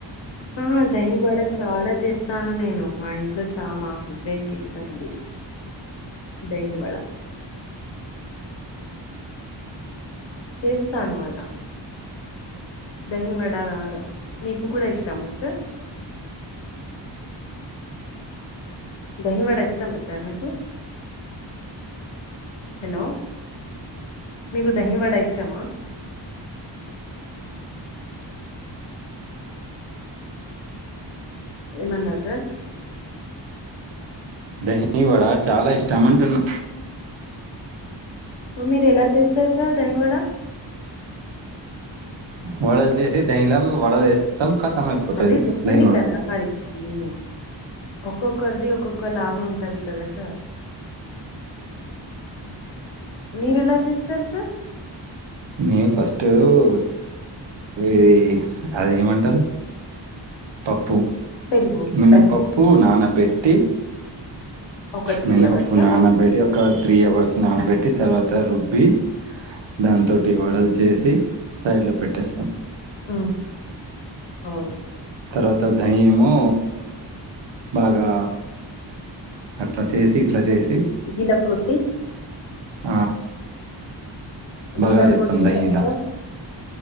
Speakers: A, on the left (about 85°); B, on the right (about 75°).
A: ఆ దహివడ చాలా చేస్తాను నేను మా ఇంట్లో చ మా హస్బెండ్ కి ఇష్టం అది దహివడ చేస్తాను కదా దహి వడా మీకు కూడా ఇష్టమా సార్ దహివాడ ఇష్టమా సార్ మీకు హలో మీకు దహి వడ ఇష్టమా ఏమన్నార్ సార్
B: దాహి వాడా చాలా ఇష్టం అంటున్నా
A: మీరు ఎలా చేస్తారు సార్ దాహివాడ
B: వడల్ చేసి దాహి లా వడల్ వేస్తాం ఖతం అయిపోతాది
A: అదే చెప్పండి
B: దాహి వడా
A: కదా! <inaudible> ఒక్కొక్కరిది ఒక్కొక్క లాగా ఉంటది కదా సార్ మీరు ఎలా చేస్తారు సార్
B: మేము ఫస్ట్ ఆవి అది ఏమంటారు పప్పు
A: పెరుగు,
B: మినపప్పు
A: దహి
B: నానబెట్టి
A: ఒక
B: మీన్నపప్పు
A: అవర్సా?
B: నాన్నబేటీ ఒక త్రీ అవర్స్ నానాబెట్టి తర్వాత రుబ్బి దాంతోటి వడలు చేసి సైడ్ లో పెట్ టేస్తామ్
A: ఉ అవును
B: తర్వాత దయేమో బాగా అట్లా చేసి ఇట్లా చేసి
A: వీనాగ్కోటి
B: ఆ బాగా
A: గిలగ్గొట్టి
B: చెత్తం దహీలా
A: దాంట్లో